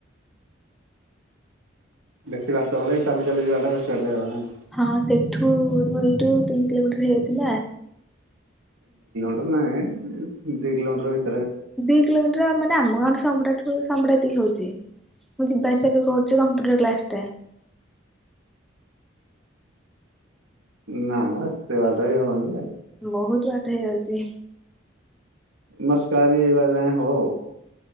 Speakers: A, on the right; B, in the centre.
A: ବେଶୀ ବାଟ ହଲେଇ ଚାଲି ଚାଲି ଯିବାଟା ବେଶୀ ବାଧା ହେଲା ନା।
B: ହଁ ସେଠ ଠୁ ଦୁଇ ରୁ ତିନି କିଲୋମିଟର ହେଇଯାଉଥିଲା।
A: ନାଁଇଁ ଦିଇ କିଲୋମିଟର ଭିତ
B: ଦି କିଲୋମିଟର ମାନେ ଆମ ଗାଁ ରୁ ସମ୍ପୁଟ <unintelligible> ହଉଚି ମୁଁ ଯିବା ଆସିବା ବି କରୁଚି କମ୍ପୁଟର କ୍ଲାସ ଟା।
A: ନା ମ ହେତେ ଇଏ ହବନି ଯେ।
B: ବହୁତ ବାଟ ହେଇଯାଉଚି।
A: ମସ୍କାରି ବାଲା ହୋ।